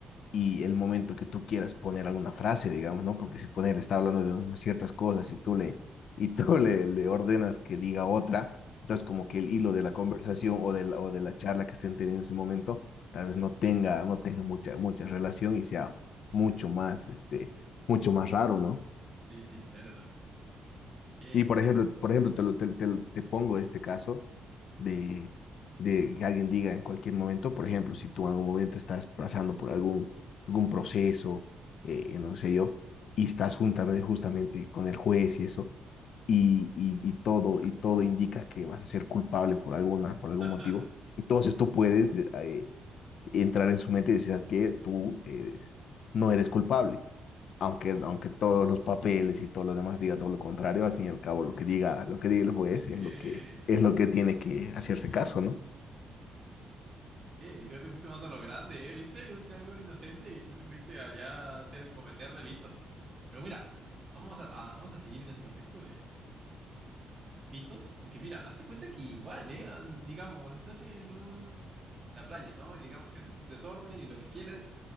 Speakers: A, on the left; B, on the right.
A: y el momento que tú quieras poner alguna frase, digamos, ¿no? Porque si poner está hablando de unas ciertas cosas y tú le, <laughs> y tú le, le ordenas que diga otra, entonces como que el hilo de la conversación o de la, o de la charla que estén teniendo en ese momento, tal vez no tenga, no tenga mucha, mucha relación y sea mucho más, este, mucho más raro, ¿no?
B: Sí, sí, claro. ¿no? Ok.
A: Y por ejemplo, por ejemplo, te, lo- te, te, te pongo este caso de, de que alguien diga en cualquier momento, por ejemplo, si tú en algún momento estás pasando por algún, algún proceso, eh, no sé yo, y estás juntamente, justamente con el juez y eso, y, y, y todo, y todo indica que vas a ser culpable por alguna, por algún
B: <laughs>
A: motivo, entonces tú puedes de- eh, entrar en su mente y decir, que Tú eres- no eres culpable aunque, aunque todos los papeles y todo lo demás diga todo lo contrario, al fin y al cabo lo que diga, lo que diga el juez
B: Ok.
A: es
B: Sí,
A: lo que es lo que tiene que hacerse
B: sí, sí.
A: caso, ¿no?
B: Sí, sí. Ok, y tú ya te fuiste más a lo grande, ¿eh? ¿Viste? Yo decía algo inocente y tú te fuiste allá a hacer cometer delitos. Pero mira, vamos a, a- vamos a seguir en ese contexto de, de- de- de delitos, porque mira, hazte cuenta que igual, ¿eh? Ah, Digamos, estás en un, en la playa, ¿no? Y digamos que haces un desorden y lo que quieres.